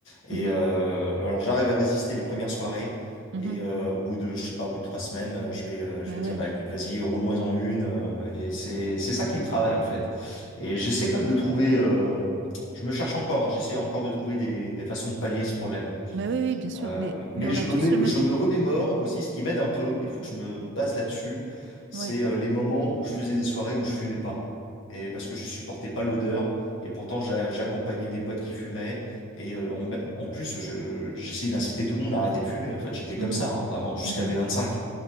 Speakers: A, on the left; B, on the right.
A: Et
B: mhm.
A: euh, alors, j'arrive à résister les premières soirées.
B: Mhm.
A: Et euh, au bout de, je sais pas, au bout de trois semaines, euh, je vais, euh, je
B: Bah
A: vais dire,
B: ouais.
A: bah écoute, vas-y, roule-moi-en une. euh, et c'est, c'est ça qui me travaille en fait. Et j'essaie comme de trouver, euh, je me cherche encore, hein, j'essaie encore de trouver des, des façons de pallier ce problème.
B: Bah oui, oui, bien sûr.
A: Euh,
B: Mais,
A: mais
B: mais on
A: je
B: a tous
A: me mets,
B: le même.
A: je me remémore aussi ce qui m'aide un peu, il faut que je me base là-dessus, c'est
B: Ouais.
A: euh, les moments où je faisais des soirées où je fumais pas. Et parce que je supportais pas l'odeur, et pourtant j'a- j'accompagnais des potes qui fumaient, et euh, en, en plus je, j'essayais d'inciter tout le monde à arrêter de fumer. En fait, j'étais
B: Mhm.
A: comme ça, hein, vraiment, jusqu'à
B: Mhm.
A: mes 25.